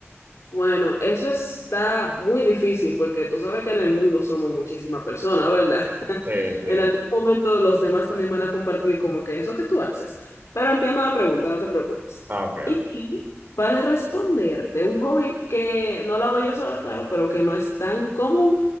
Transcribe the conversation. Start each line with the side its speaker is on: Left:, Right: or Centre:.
Left: Bueno, eso está muy difícil porque tú sabes que en el mundo somos muchísimas personas, ¿verdad?
Right: Sí, sí.
Left: En algún momento los demás también van a compartir como que eso que tú haces. Pero entiendo la pregunta, no te preocupes.
Right: Ah, ok, ok.
Left: Y, y para responderte, un hobby que no lo hago yo sola, claro, pero que no es tan común